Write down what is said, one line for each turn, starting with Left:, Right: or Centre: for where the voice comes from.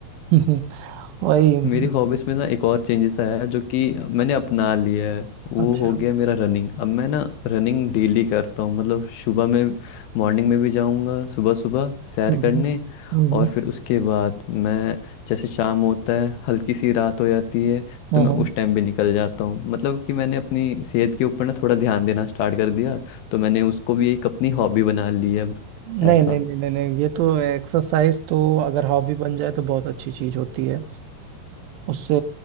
Right: <laughs> वही हम्म,
Left: मेरी हॉबीज में ना एक और चेंजेस आया है जो कि मैंने अपना लिया है वो
Right: अच्छा
Left: हो
Right: हम्म
Left: गया मेरा रनिंग अब मैं ना रनिंग डेली करता हूँ मतलब सुबह में मॉर्निंग में भी जाऊँगा सुबह सुबह सैर
Right: हम्म
Left: करने
Right: हम्म हम्म,
Left: और फिर उसके बाद मैं जैसे शाम होता है हल्की सी रात हो जाती है
Right: हम्म,
Left: तो मैं
Right: हम्म।
Left: उस टाइम भी निकल जाता हूँ मतलब कि मैंने अपनी सेहत के ऊपर ना थोड़ा ध्यान देना स्टार्ट कर दिया तो मैंने उसको भी एक अपनी हॉबी बना ली है अब
Right: नहीं
Left: ऐसा
Right: नहीं नहीं नहीं नहीं ये तो एक्सरसाइज तो अगर हॉबी बन जाए तो बहुत अच्छी चीज होती है उससे